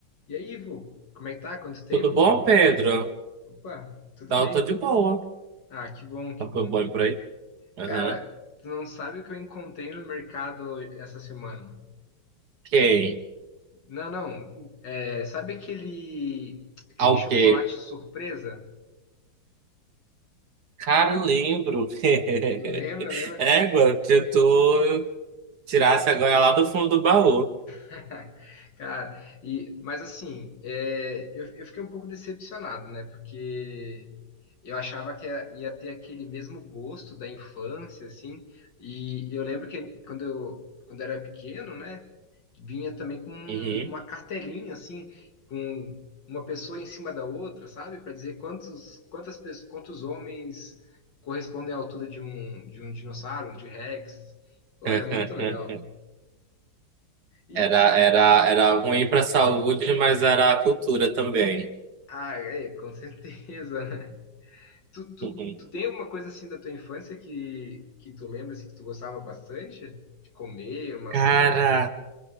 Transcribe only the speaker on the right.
Tudo bom, Pedro?
Tá,
eu tô de boa.
Tá tudo
bom por aí? Aham.
Quem?
Ao
quê?
Cara, eu lembro. <laughs>
Égua, se tu tirasse agora lá do fundo do baú.
Uhum.
<laughs>
Era, era, era ruim pra saúde, mas era a cultura também.
Uhum.
Cara,